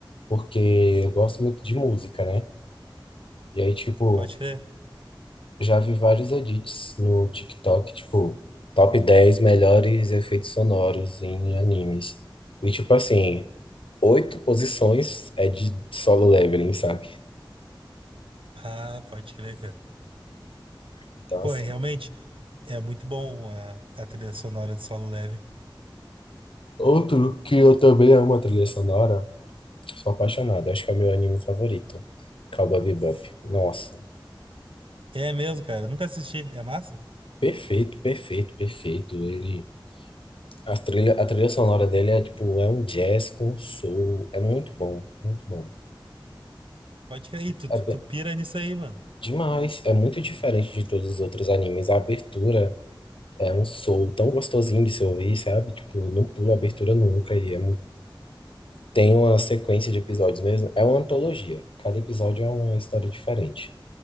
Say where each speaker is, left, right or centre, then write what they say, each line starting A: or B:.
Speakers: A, on the left (about 85°); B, on the right (about 85°).
A: Porque eu gosto muito de música, né? E aí, tipo,
B: pode crer.
A: já vi vários edits no TikTok, tipo, top 10 melhores efeitos sonoros em animes. E, tipo, assim, oito posições é de Solo Leveling, sabe?
B: Ah, pode crer, cara.
A: Então,
B: Pô,
A: assim,
B: e realmente é muito bom a, a trilha sonora de Solo Leve.
A: outro que eu também amo a trilha sonora, sou apaixonado, acho que é o meu anime favorito, Cowboy Bebop. Nossa.
B: É mesmo, cara. eu Nunca assisti. É massa?
A: Perfeito, perfeito, perfeito. Ele, a trilha, a trilha sonora dele é tipo, é um jazz com soul, é muito bom, muito bom.
B: Pode crer. Ih, tu,
A: É
B: tu
A: be-
B: tu pira nisso aí, mano.
A: demais, é muito diferente de todos os outros animes. A abertura é um soul tão gostosinho de se ouvir, sabe? Tipo, não pula a abertura nunca e é mu- tem uma sequência de episódios mesmo. É uma antologia, cada episódio é uma história diferente.